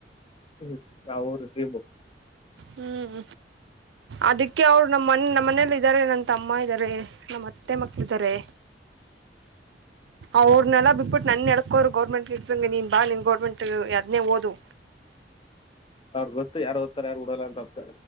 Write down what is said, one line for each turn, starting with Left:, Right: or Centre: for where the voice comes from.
Left: ಹ್ಮ ನಾರುು
Right: ಹ್ಮ್ ಅದಕ್ಕೆ ಅ ಅವರು ನಮ್ಮ್ ನಮ್ಮ ಮನೇ ಇದಾರೆ ತಮ್ಮ ಇದ್ದಾರೆ ನಮ್ಮತ್ತೆ ಮಕ್ಕಳು ಇದಿದ್ದಾರೆ ಅವ್ರ ನೆಲ ಬಿಟ್ಟುಬಿಟ್ಟು ನನ್ನ ನಡಡ್ಕೋರು ಗೌರ್ಮೆಂಟ್ ಎಕ್ಸಂಗೆ ನೀನು ಬಾ ನೀನು ಗೌರ್ಮೆಂಟ್ ಅದನ್ನೇ ಓದು
Left: ಅವ್ರಗ್ ಗೊತ್ತು ಯಾರುತ್ತಾರ ಯಾರುಡಲ್ಲ ಅಂತ ಅರ್ಥ